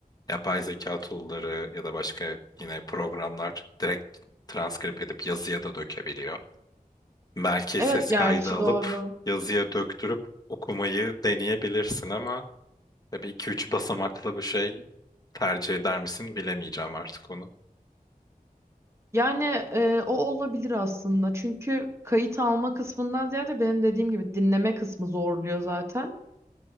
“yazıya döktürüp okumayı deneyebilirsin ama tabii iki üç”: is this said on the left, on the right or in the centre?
Left